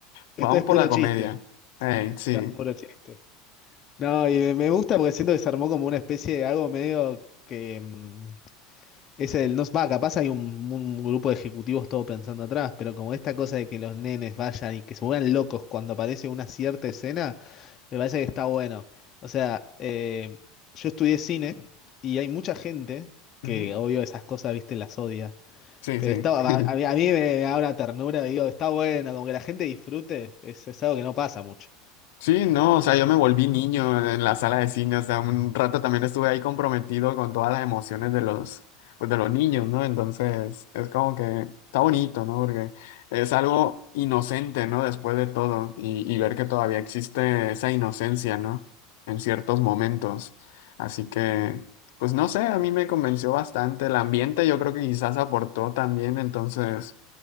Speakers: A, on the left (about 65°); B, on the left (about 25°).
A: Vamos
B: Esto es
A: por
B: puro
A: la
B: chiste.
A: comedia. Ey, sí.
B: Claro, Puro chiste. No, y me gusta porque siento que se armó como una especie de algo medio que mm, es el no va, capaz hay un, un grupo de ejecutivos todo pensando atrás, pero como esta cosa de que los nenes vayan y que se vuelvan locos cuando aparece una cierta escena, me parece que está bueno. O sea, eh, yo estudié cine y hay mucha gente
A: Ujú.
B: que obvio esas cosas, viste, las odia.
A: Sí,
B: Pero
A: sí.
B: está,
A: <laughs>
B: a mí, a mí me habla ternura, digo, está bueno, como que la gente disfrute, es, es algo que no pasa mucho.
A: Sí, no, o sea, yo me volví niño en la sala de cine, o sea, un rato también estuve ahí comprometido con todas las emociones de los, pues, de los niños, ¿no? Entonces, es como que está bonito, ¿no? Porque es algo inocente, ¿no? Después de todo, y, y ver que todavía existe esa inocencia, ¿no? En ciertos momentos. Así que, pues no sé, a mí me convenció bastante el ambiente, yo creo que quizás aportó también, entonces...